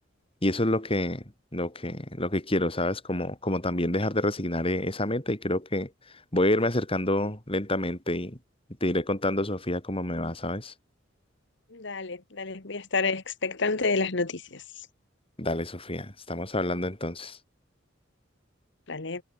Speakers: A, on the left (about 30°); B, on the left (about 65°).
A: y eso es lo que, lo que, lo que quiero, ¿sabes? Como, como también dejar de resignar eh, esa meta y creo que voy a irme acercando lentamente y y te iré contando, Sofía, cómo me va, ¿sabes?
B: Dale, dale, voy a estar expectante de las noticias.
A: Dale, Sofía, estamos hablando entonces.
B: Dale.